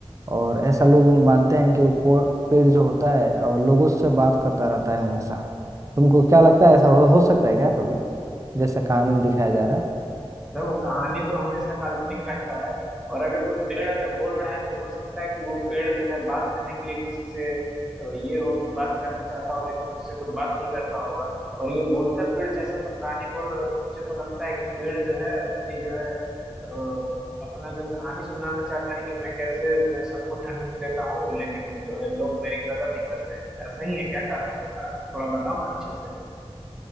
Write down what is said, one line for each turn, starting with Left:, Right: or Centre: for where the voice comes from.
Right: और ऐसा लोग मानते हैं कि वो पो- पेड़ जो होता है और लोगों से बात करता रहता है हमेशा तुमको क्या लगता है ऐसा हो, हो सकता है क्या कभी जैसा कहानी में दिखाया जा रहा है
Centre: देखो कहानी तो हमेशा काल्पनिक रहता है और अगर कोई पेड़ अगर बोल रहा है तो हो सकता है कि वो पेड़ जो है बात करने के लिए किसी से अ, ये हो कि बात करना चाहता हो लेकिन उससे कोई बात नहीं करता होगा और ये बोलता पेड़ जैसा तुम कहानी बोल रहे हो तो मुझे तो लगता है कि पेड़ जो है अपनी जो है अ, अपना जो कहानी सुनाना चाहता है कि मैं कैसे जो है सबको ठंडक देता हूँ लेकिन जो है लोग मेरी कदर नहीं करते हैं ऐसा ही है क्या कहानी तुम्हारा थोड़ा बताओ ना अच्छे से